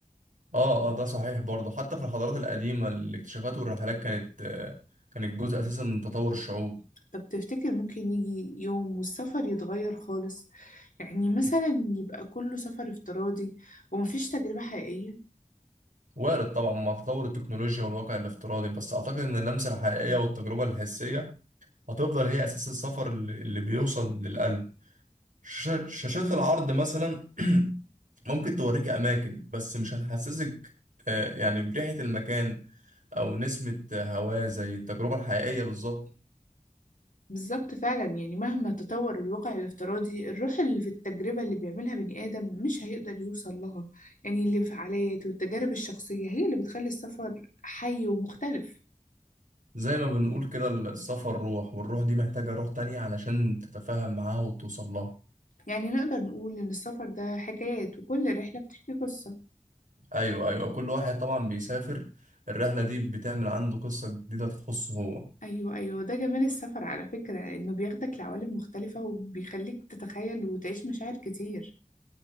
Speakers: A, on the right (about 85°); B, on the left (about 85°).
A: آه آه ده صحيح برضو حتى في الحضارات القديمة الاكتشافات والرحلات كانت آه، كانت جزء أساسي من تطور الشعوب
B: طب تفتكر ممكن يجي يوم والسفر يتغير خالص يعني مثلا يبقى كله سفر افتراضي ومفيش تجربة حقيقية
A: وارد طبعا مع تطور التكنولوجيا والواقع الافتراضي بس أعتقد إن اللمسة الحقيقية والتجربة الحسية هتفضل هي أساس السفر اللي اللي بيوصل للقلب شاشات شاشات العرض مثلا <clears throat> ممكن توريك أماكن بس مش هتحسسك آه، يعني بريحة المكان أو نسمة هواه زي التجربة الحقيقية بالظبط
B: بالظبط فعلا يعني مهما تطور الواقع الافتراضي الروح اللي في التجربة اللي بيعملها بني آدم مش هيقدر يوصل لها يعني الانفعالات والتجارب الشخصية هي اللي بتخلي السفر حي ومختلف
A: زي ما بنقول كده السفر روح والروح دي محتاجة روح تانية علشان تتفاهم معاها وتوصل لها
B: يعني نقدر نقول إن السفر ده حكايات وكل رحلة بتحكي قصة
A: ايوه ايوه كل واحد طبعا بيسافر الرحله دي بتعمل عنده قصه جديده تخصه هو
B: أيوة أيوة ده جمال السفر على فكرة إنه بياخدك لعوالم مختلفة وبيخليك تتخيل وتعيش مشاعر كتير